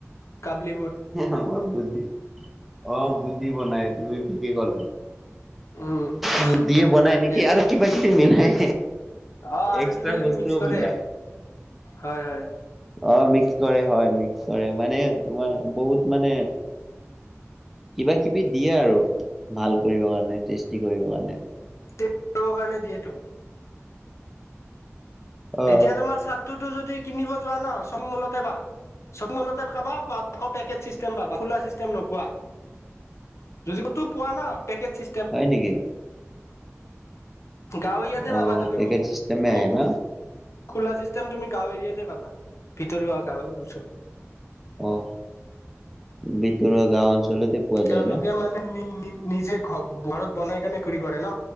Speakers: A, on the left; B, in the centre.
A: কাবলী বুট।
B: আমাৰ বুদ্ধি অ বুট দি বনাই তুমি ঠিকে ক'লা।
A: উম
B: বুট দিয়ে বনাই
A: তাকে
B: নেকি আৰু কিবা কিবি মিলাই
A: অ আৰু
B: এক্সট্ৰা
A: কিবা কিবি
B: বস্তুও
A: মিক্স কৰে
B: মিলাই।
A: হয় হয়।
B: অঁ মিক্স কৰে হয় মিক্স কৰে মানে তোমাৰ বহুত মানে কিবা কিবি দিয়ে আৰু ভাল কৰিব কাৰণে টেষ্টি কৰিব কাৰণে।
A: টেষ্ট কাৰণে দিয়েটো।
B: অ
A: এতিয়া তোমাৰ ছাতটোতো যদি কিনিব যোৱা ন চব মলতে পাবা। চব মলতে পাবা বাত আকৌ পেকেট চিষ্টেম পাবা খোলা চিষ্টেম নোপোৱা। যদি ক'তো পোৱা ন পেকেট চি
B: হয় নেকি?
A: গাঁৱলীয়াতে
B: অ
A: পাবা তুমি
B: পেকেট
A: খো
B: চিষ্টেমে
A: খো
B: আহে ন
A: খোলা চিষ্টেম তুমি গাঁও এৰিয়াতে পাবা। ভিতৰুৱা গাঁৱৰ ওচৰত।
B: অঁ। ভিতৰুৱা গাঁও অঞ্চলতে পোৱা
A: তেওঁলোকে
B: যায় ন
A: মা নে নি নি নিজে ঘ ঘৰত বনাই কেনে বিক্ৰী কৰে ন।